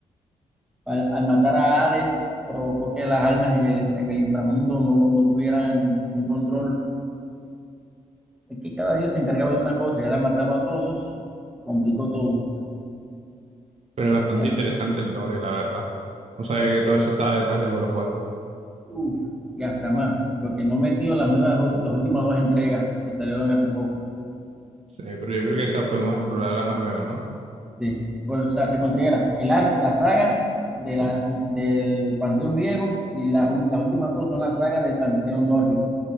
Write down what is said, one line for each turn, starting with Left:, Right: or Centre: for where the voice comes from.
Centre: Al, al matar a Hades, provocó que las almas en el, en el inframundo no, no tuvieran un control Es que cada dios se encargaba de una cosa y al matarlo a todos, complicó todo.
Right: Pero es bastante
Centre: Ya,
Right: interesante el lore, la verdad. No sabía
Centre: sí.
Right: que todo eso estaba detrás de God of War.
Centre: Uf, y hasta más. Porque no metió las nuevas, do- las últimas dos entregas que salieron hace poco.
Right: Sí, pero yo creo que esas podemos explorarla más luego, ¿no?
Centre: Sí. Por- o sea, se considera el ar- la saga de la, del panteón griego y las, ul- las últimas dos son la saga del panteón nórdico.